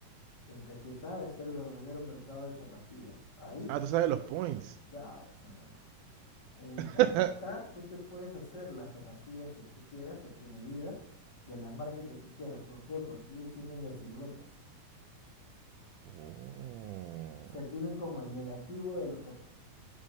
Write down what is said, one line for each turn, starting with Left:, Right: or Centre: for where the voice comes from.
Left: En Caquetá está el verdadero mercado de zapatillas. Ahí
Right: Ah, tú sabes los points.
Left: Claro, pues hermano. En
Right: <laughs>
Left: Caquetá tú te puedes hacer las zapatillas que tú quieras a tu medida, de la marca que tú quieras. ¿Por qué? Porque ellos tienen las siluetas.
Right: Oh.
Left: O sea, tienen como el negativo de la foto.